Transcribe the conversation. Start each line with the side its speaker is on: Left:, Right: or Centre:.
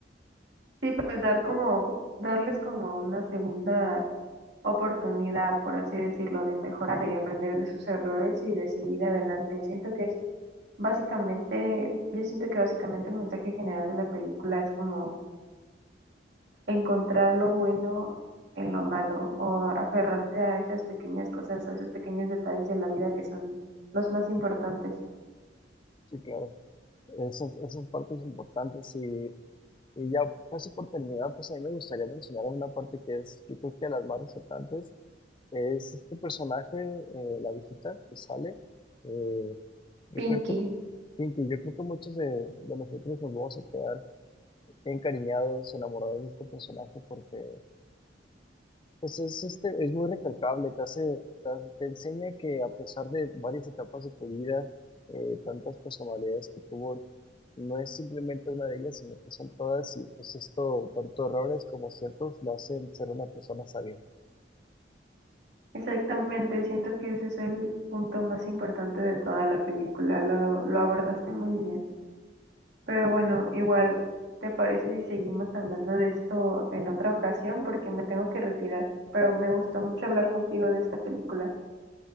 Right: Sí, pues dar como, darles como una segunda oportunidad, por así decirlo, de mejorar, de aprender de sus errores y de seguir adelante. Siento que es básicamente, yo siento que básicamente el mensaje general de la película es como encontrar lo bueno en lo malo o aferrarte a esas pequeñas cosas, a esos pequeños detalles de la vida que son los más importantes.
Left: Sí, claro. Esas, esas partes importantes y, y ya casi por terminar, pues a mí me gustaría mencionar una parte que es, yo creo que de las más resaltantes, es este personaje, eh, la viejita que sale. eh, yo
Right: Pinky,
Left: creo que, Pinky, yo creo que muchos de, de nosotros nos vamos a quedar encariñados, enamorados de este personaje porque pues es, este, es muy recalcable, te hace, te, te enseña que a pesar de varias etapas de tu vida, eh, tantas personalidades que tuvo, no es simplemente una de ellas, sino que son todas y pues esto, tanto errores como ciertos, la hacen ser una persona sabia.
Right: exactamente, siento que ese es el punto más importante de toda la película, lo, lo abordaste muy bien. Pero bueno, igual, ¿te parece si seguimos hablando de esto en otra ocasión? Porque me tengo que retirar. Pero me gustó mucho hablar contigo de esta película.